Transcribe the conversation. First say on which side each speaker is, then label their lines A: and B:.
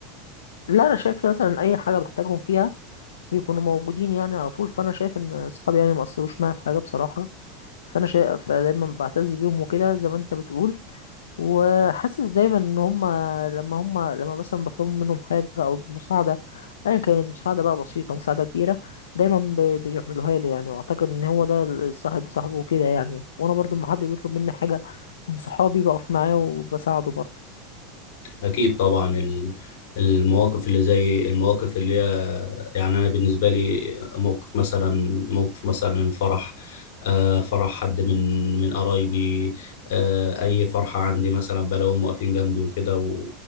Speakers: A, on the left (about 80°); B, on the left (about 65°).
A: لا انا شايف مثلا اي حاجه بحتاجهم فيها بيكونوا موجودين يعني على طول فانا شايف ان اصحابي يعني ما اثروش معايا في حاجه بصراحه فانا شايف فدايما بعتز بيهم وكده زي ما انت بتقول وحاسس دايما ان هم لما هم لما مثلا بطلب منهم حاجه او مساعده ايا كانت مساعده بقى بسيطه مساعده كبيره دايما بي- بيعملوها لي يعني واعتقد ان هو ده الصاحب لصاحبه وكده يعني وانا برضو لما حد بيطلب مني حاجه من صحابي بقف معاه وبساعده برضو
B: أكيد طبعا ال- المواقف اللي زي المواقف اللي هي يعني أنا بالنسبة لي موقف مثلا موقف مثلا الفرح آه، فرح حد من من قرايبي آه، أي فرحة عندي مثلا بلاقيهم واقفين جنبي وكده و-